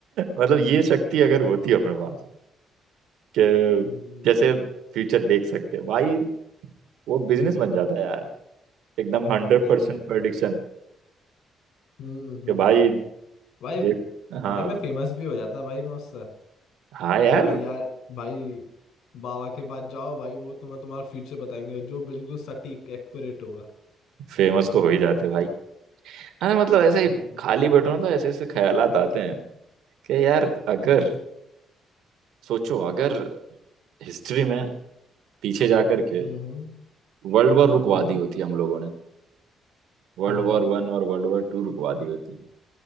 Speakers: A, on the right; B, on the left.
A: मतलब ये शक्ति अगर होती है अपने पास कि
B: हम्म हम्म,
A: जैसे फ्यूचर देख सकते हैं भाई वो बिजनेस बन जाता है यार एकदम हंड्रेड
B: सही
A: परसेंट
B: कह रहे
A: प्रडिक्शन
B: हो। हम्म हम्म
A: कि भाई
B: भाई
A: देख हाँ
B: भाई मैं फेमस भी हो जाता भाई मैं उससे
A: हाँ यार
B: कि भाई यार भाई बाबा के पास जाओ भाई वो तुम्हें तुम्हारा फ्यूचर बताएंगे जो बिल्कुल सटीक एक्यूरेट होगा
A: फेमस तो हो ही जाते भाई हाँ मतलब ऐसे
B: हम्म
A: ही खाली बैठो ना तो ऐसे ऐसे ख्यालात आते हैं कि यार अगर सोचो अगर हिस्ट्री में पीछे जा करके
B: हम्म
A: वर्ल्ड वॉर रुकवा
B: हम्म
A: दी होती हम लोगों ने वर्ल्ड
B: हम्म।
A: वॉर वन और वर्ल्ड वॉर टू रुकवा दी होती